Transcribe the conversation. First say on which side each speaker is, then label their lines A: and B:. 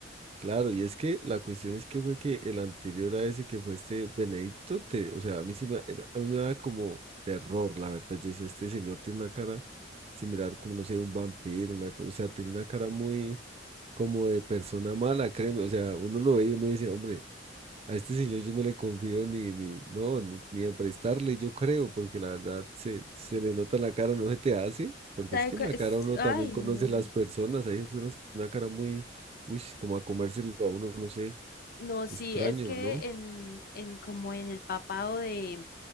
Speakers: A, on the right (about 35°); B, on the left (about 55°).
A: Claro, y es que la cuestión es que fue que el anterior a ese que fue este Benedicto, te- o sea, a mí sí me, era- a mí me daba como terror, la verdad. Yo decía, este señor tiene una cara similar como, no sé, un vampiro, una cosa, o sea, tiene una cara muy como de persona mala, créeme. O sea, uno lo ve y uno dice, hombre, A este señor yo no le confío ni, ni, no, ni, ni a prestarle, yo creo, porque la verdad se, se le nota en la cara, no se te hace, porque
B: ¿Sabe
A: es que
B: cua-
A: en la cara
B: es-
A: uno
B: Ay,
A: también conoce
B: no.
A: las personas, hay personas que tienen una cara muy, uy, como a comérselo a uno, no sé,
B: No, sí,
A: extraño,
B: es que
A: ¿no?
B: en, en como en el papado de,